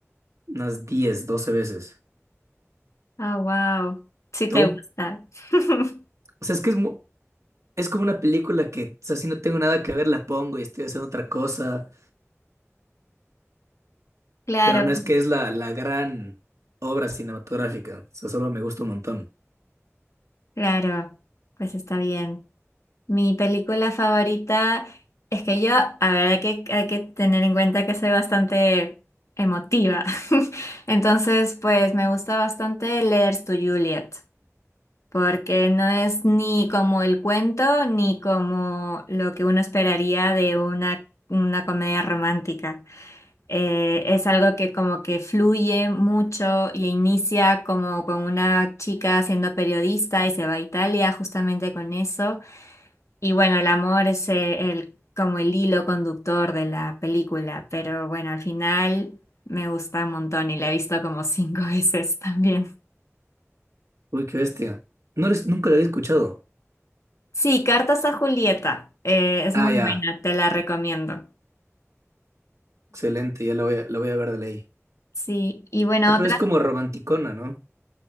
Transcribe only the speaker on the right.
unas 10 12 veces.
¿Tú?
O sea, es que es, mu- es como una película que, o sea, si no tengo nada que ver, la pongo y estoy haciendo otra cosa,
pero no es que es la, la gran obra cinematográfica, o sea, solo me gusta un montón.
Uy, qué bestia. No eres, nunca la había escuchado.
Ah,
ya.
Excelente, ya la voy a, la voy a ver de ley.
Ah, pero
es como romanticona, ¿no?